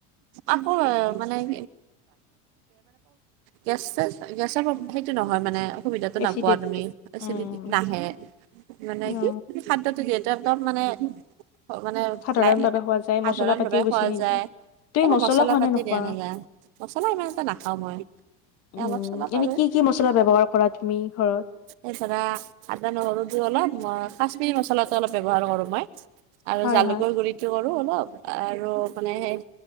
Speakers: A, on the right; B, on the left.
A: আকৌ মানে <unintelligible> গেছ চেছ গেছৰ প্ৰ-সেইটো নহয় মানে। অসুবিধাটো
B: এচিডিটিটো
A: নাপোৱা তুমি এচিডিটিতো
B: উম
A: নাহে মানে
B: অ
A: কি, তুমি খাদ্যটো যিহেতু একদম মানে, মানে <unintelligible>
B: সাধাৰণ ভাৱে খোৱা যায়
A: সাধাৰণ
B: মছলা পাতিও
A: ভাৱে
B: বেছি
A: খোৱা
B: নিদিয়ে।
A: যায়।
B: তুমি
A: একো মছলা
B: খোৱা
A: পাতি
B: নে নোখোৱা?
A: দিয়া নাযায়, মছলা ইমান এটা নাখাওঁ মই। এ
B: উম,
A: অলপ চলপ
B: এনেই
A: আৰু
B: কি, কি মছলা ব্যৱহাৰ কৰা তুমি ঘৰত?
A: এ‌, ধৰা আদা, নহৰু দিওঁ অল অলপ ম, কাশ্মিৰী মছলাটো অলপ ব্যৱহাৰ কৰোঁ মই, আৰু
B: হয়
A: জালুকৰ
B: হয়।
A: গুড়িটো কৰোঁ অলপ। আৰু মানে সেই